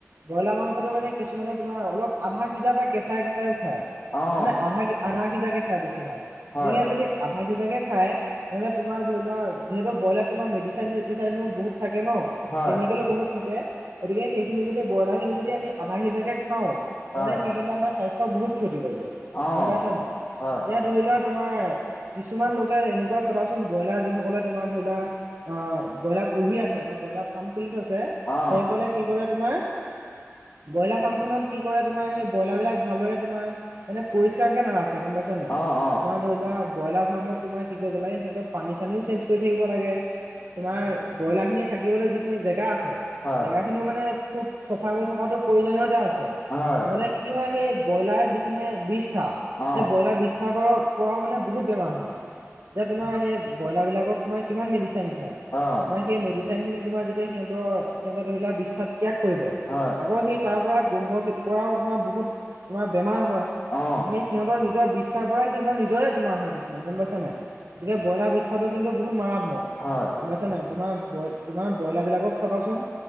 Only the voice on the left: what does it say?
অ
হয়
হয়
হয়
অ
হয়
অ
অ অ
হয়
হয়
অ
অ
হয়
অ
হয়